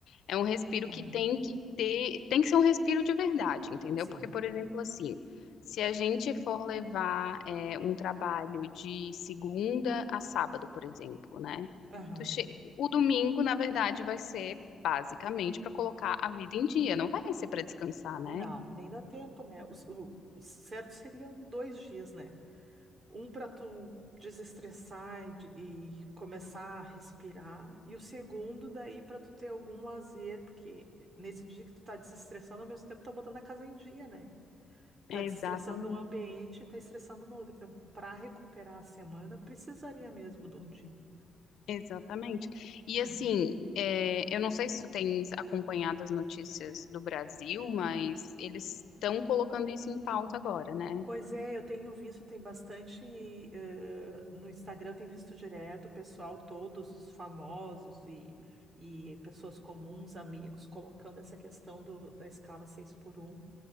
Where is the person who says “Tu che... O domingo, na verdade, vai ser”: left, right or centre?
Left